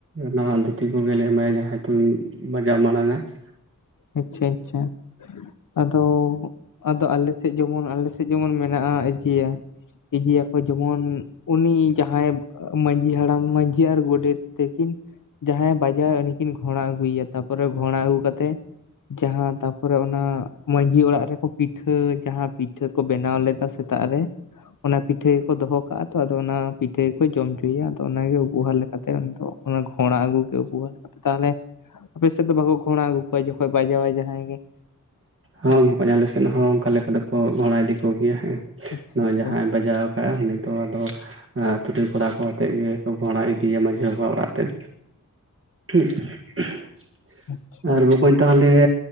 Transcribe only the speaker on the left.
ᱟᱪᱪᱷᱟ ᱟᱪᱪᱷᱟ᱾ ᱟᱫᱚ ᱟᱫᱚ ᱟᱞᱮᱥᱮᱜ ᱡᱮᱢᱚᱱ ᱟᱞᱮᱥᱮᱫ ᱡᱮᱢᱚᱱ ᱢᱮᱱᱟᱜᱼᱟ ᱤᱪᱤᱭᱟ ᱾ ᱤᱫᱤᱭᱟᱠᱚ ᱢᱚᱱ ᱩᱱᱤ ᱡᱟᱦᱟᱸᱭ ᱢᱟᱺᱡᱷᱤ ᱦᱟᱲᱟᱢ ᱢᱟᱺᱡᱷᱤ ᱟᱨ ᱜᱚᱰᱮᱛ ᱛᱤᱠᱤᱱ, ᱡᱟᱦᱟᱸᱭᱮ ᱵᱟᱡᱟᱣᱟ ᱩᱱᱤᱠᱤᱱ ᱜᱷᱚᱲᱟ ᱟᱹᱜᱩᱭᱮᱭᱟ ᱛᱟᱯᱚᱨᱮ ᱜᱷᱚᱲᱟ ᱟᱹᱜᱩ ᱠᱟᱛᱮᱜ᱾ ᱡᱟᱦᱟᱸ ᱛᱟᱯᱚᱨᱮ ᱚᱱᱟ ᱢᱟᱺᱡᱷᱤ ᱚᱲᱟᱜ ᱨᱮᱠᱚ ᱯᱤᱴᱷᱟᱹ ᱡᱟᱦᱟᱸ ᱯᱤᱴᱷᱟᱹ ᱠᱚ ᱵᱮᱱᱟᱣ ᱞᱮᱫᱟ ᱥᱮ ᱥᱮᱛᱟᱜ ᱨᱮ᱾ ᱚᱱᱟ ᱯᱤᱴᱷᱟᱹ ᱜᱮ ᱠᱚ ᱫᱚᱦᱚ ᱠᱟᱜᱼᱟ ᱛᱚ, ᱟᱫᱚ ᱚᱱᱟ ᱯᱤᱴᱷᱟᱹ ᱜᱮ ᱠᱚ ᱡᱚᱢ ᱚᱪᱚᱭᱮᱭᱟ ᱟᱫᱚ ᱚᱱᱟᱜᱮ ᱩᱵᱚᱦᱟᱼᱼ ᱠᱟᱛᱮᱜ ᱫᱚ ᱚᱱᱟ ᱜᱷᱚᱬᱟ ᱟᱹᱜᱩ ᱠᱮᱫ ᱠᱚᱣᱟ ᱾ ᱛᱟᱦᱚᱞᱮ ᱟᱯᱮ ᱥᱮᱫ ᱫᱚ ᱵᱟᱠᱚ ᱜᱷᱚᱬᱟ ᱟᱹᱜᱩ ᱠᱚᱣᱟ ᱡᱚᱠᱷᱚᱱᱼᱼ ᱵᱟᱡᱟᱭᱟᱭ ᱡᱟᱦᱟᱸᱭ ᱜᱮ ᱾
ᱟᱪᱪᱷᱟ
ᱟᱪᱪᱷᱟ
ᱟᱪᱪᱷᱟ ᱟᱪᱪᱷᱟ